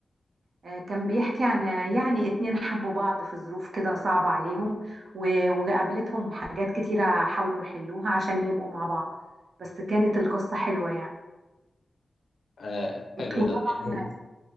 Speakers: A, on the right; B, on the left.
A: آه، كان بيحكي عن آه، يعني اتنين حبوا بعض في ظروف كده صعبة عليهم و- وقابلتهم حاجات كتيرة حاولوا يحلوها عشان يبقوا مع بعض بس كانت القصة حلوة يعني
B: آه حلو
A: وط- وطبعا
B: ده يعني